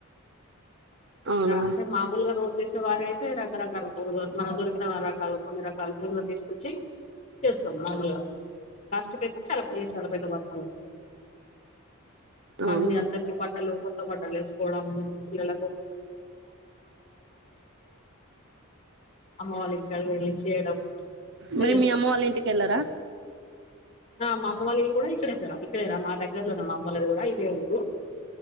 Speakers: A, on the right; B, on the left.
A: అవునా
B: అంటే మామూలుగా రోజు చేసేవారి అయితే రకరకాలు తరువాత మనకు దొరికిన రకాలు కొన్ని రకాలు పలు తీసుకొచ్చి చేస్తాం మామూలుగా లాస్ట్క్ అయితే చాలా చాలా పెద్ద బతు కానీ
A: అవునా
B: అందరికి బట్టలు కొత్త బట్టలు వేసుకోవడం పిల్లల అమ్మ వాళ్ళ ఇంటికాడ రిలీజ్ చేయడం అట్లా
A: మరి
B: చేస్తాం
A: మీ అమ్మ వాళ్ళ ఇంటికి వెళ్ళారా
B: ఆ మా అమ్మ వాల్ల ఇల్లు కూడా ఇక్కడే సర్ ఇక్కడేరా మా దగ్గర్లోనే మా అమ్మలది కూడా ఇదే ఊరు